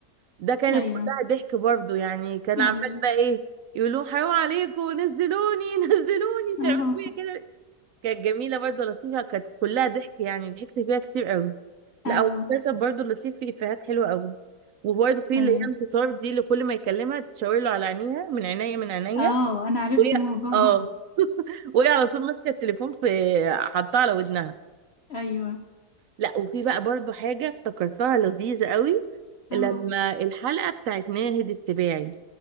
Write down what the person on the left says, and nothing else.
ايوه
ايوه
اهو
اهو
ايوه
اه انا عرفت
الموضوع
ده
ايوه
اه